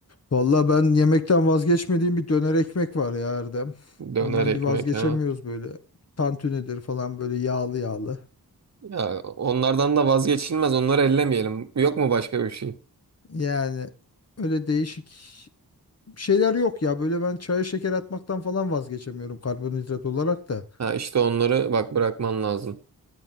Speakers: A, on the left; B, on the right.
A: Valla ben yemekten vazgeçmediğim bir döner ekmek var ya Erdem.
B: Döner
A: Ondan
B: ekmek
A: bir vazgeçemiyoruz
B: ha.
A: böyle. Tantunidir falan böyle yağlı yağlı.
B: Ya onlardan da vazgeçilmez. Onları ellemeyelim. Yok mu başka bir şey?
A: Yani öyle değişik şeyler yok ya. Böyle ben çaya şeker atmaktan falan vazgeçemiyorum karbonhidrat olarak da.
B: Ha işte onları bak bırakman lazım.